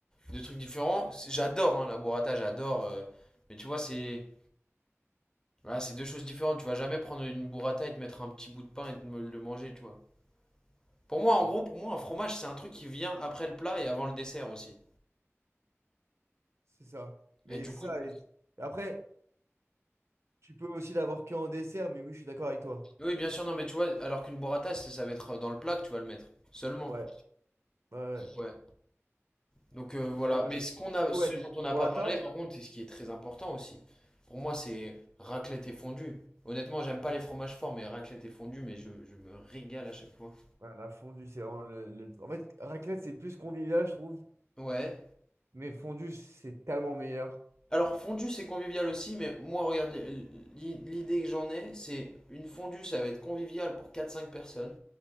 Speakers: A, on the left; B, on the right.
A: deux trucs différents. C'est- J'adore hein, la burrata, j'adore. euh, mais tu vois, c'est voilà, c'est deux choses différentes. Tu vas jamais prendre une burrata et te mettre un petit bout de pain et te me- le manger, tu vois. Pour moi, en
B: Ah,
A: gros, pour moi, un fromage, c'est un truc qui vient après le plat et avant le dessert aussi.
B: C'est ça. Mais
A: Et du
B: c'est
A: coup,
B: ça. et- et Après, tu peux aussi l'avoir que en dessert, mais oui, je suis d'accord avec toi.
A: oui, bien sûr, non, mais tu vois, alors qu'une burrata, c'est- ça va être dans le plat que tu vas le mettre. Seulement.
B: Ouais, ouais, ouais.
A: Ouais. Donc euh, voilà,
B: Mais moi,
A: mais ce qu'on
B: du
A: a,
B: coup,
A: ce
B: ouais, t'es
A: dont
B: team
A: on n'a
B: burrata.
A: pas parlé, par contre, c'est ce qui est très important aussi. Pour moi, c'est raclette et fondue. Honnêtement, j'aime pas les fromages forts, mais raclette et fondue, mais je, je me régale à chaque fois.
B: Ouais, la fondue, c'est vraiment le, le- En fait, raclette, c'est plus convivial, je trouve.
A: Ouais.
B: Mais fondue, c'est tellement meilleur.
A: Alors, fondue, c'est convivial aussi, mais moi, regarde, l- l- l'idée que j'en ai, c'est une fondue, ça va être convivial pour quatre cinq personnes.